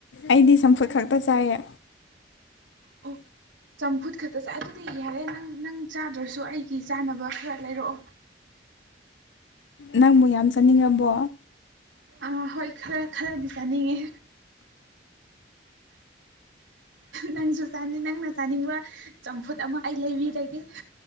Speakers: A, on the left; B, on the right.
A: ꯑꯩꯗꯤ ꯁꯝꯐꯨꯠ ꯈꯛꯇ ꯆꯥꯏꯌꯦ
B: ꯑꯣ ꯆꯝꯐꯨꯠ ꯈꯛꯇ ꯆꯥꯏ ꯑꯗꯨꯗꯤ ꯌꯥꯔꯦ ꯅꯪ ꯅꯪ ꯆꯥꯗ꯭ꯔꯁꯨ ꯑꯩꯒꯤ ꯆꯥꯅꯕ ꯈꯔ ꯂꯩꯔꯛꯑꯣ
A: ꯅꯪꯕꯨ ꯌꯥꯝ ꯆꯥꯅꯤꯡꯉꯕꯣ
B: ꯑꯥ ꯍꯣꯏ ꯈꯔ ꯈꯔꯗꯤ ꯆꯥꯅꯤꯡꯉꯦ ꯅꯪꯁꯨ ꯆꯥꯅꯤ ꯅꯪꯅ ꯆꯥꯅꯤꯡꯕ ꯆꯝꯐꯨꯠ ꯑꯃ ꯑꯩ ꯂꯩꯕꯤꯔꯒꯦ